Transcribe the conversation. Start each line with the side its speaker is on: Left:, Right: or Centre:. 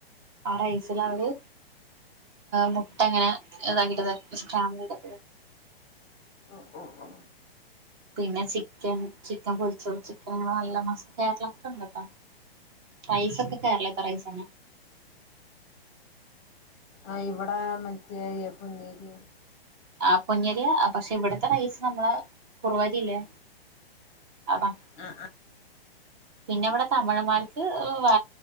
Right: ആ റൈസിൽ അവര് മുട്ട ങ്ങനെ ഇതാക്കിട്ട് തെരും സ്ക്രാമ്പീത്ട്ട്
Left: ഓഹ ഓഹ ഓഹ
Right: പിന്നെ ചിക്കൻ ചിക്കൻ പൊരിച്ചതും ചിക്കൻ അങ്ങനെ നല്ല മസ്റ്റായിട്ടുള്ള ഒക്കെ ണ്ട് ട്ടാ റൈസ് ഒക്കെ കേരളത്തെ റൈസ് തന്നെ
Left: ആഹ ഇവടെ മറ്റെ പ്പൊന്നരി
Right: ആ പൊന്നരി പക്ഷെ ഇവിടത്തെ റൈസ് നമ്മള കുർവരില്ലേ അതാ
Left: ആഹ ആഹ്
Right: പിന്നെ ഇവിടെ തമിഴന്മാർക്ക് വേ